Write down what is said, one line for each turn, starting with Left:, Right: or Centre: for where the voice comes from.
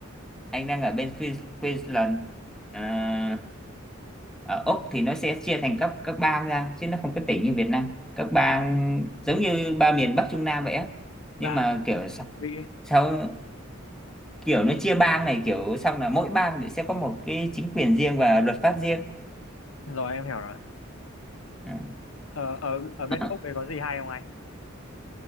Centre: anh đang ở bên Queens- Queensland à, ở Úc thì nó sẽ chia thành các các bang ra chứ nó không có tỉnh như Việt Nam các bang giống như ba miền Bắc Trung Nam vậy á
Left: bang
Centre: nhưng mà kiểu sao
Left: Mỹ
Centre: sao kiểu nó chia bang này kiểu xong là mỗi bang thì sẽ có một cái chính quyền riêng và luật pháp riêng
Left: rồi em hiểu rồi
Centre: Ừ.
Left: ở ở ở bên
Centre: À,
Left: Úc đấy có gì hay không anh